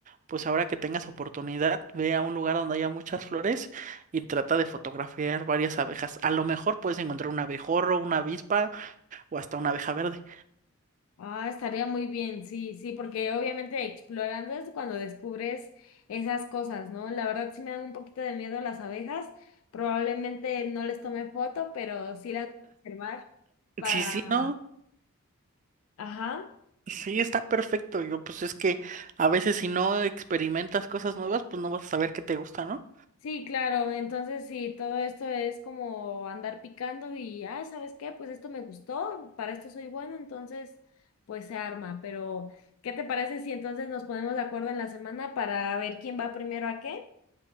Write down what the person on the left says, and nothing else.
Ah, estaría muy bien, sí, sí, porque obviamente explorando es cuando descubres esas cosas, ¿no? La verdad sí me dan un poquito de miedo las abejas. Probablemente no les tome foto, pero sí las voy a observar para,
ajá.
Sí, claro, entonces sí, todo esto es como andar picando y, ay, ¿sabes qué? Pues esto me gustó, para esto soy bueno, entonces pues se arma, pero ¿qué te parece si entonces nos ponemos de acuerdo en la semana para ver quién va primero a qué?